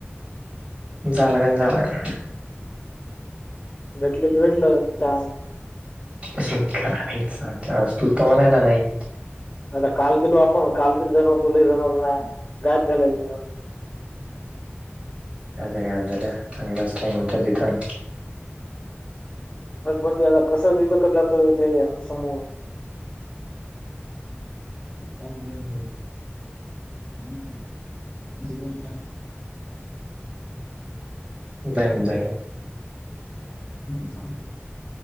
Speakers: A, on the right; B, on the left.
A: जालागन जालागन
B: भेटले तर भेटलं च.
A: अच्छ अच्छा तू तर म्हणायला नाही.
B: आता काल गेलो आपण काल क जणवतुलाही जणवतो ना गाब झालेय गेलो.
A: का का हात झाल्या चांगलाच टाइम होत तिथून
B: पण ते आता कसं तथक जातो ते समोह. बोल
A: हम्म.
B: मि <unintelligible> तू
A: जाईन जाईन.
B: चांग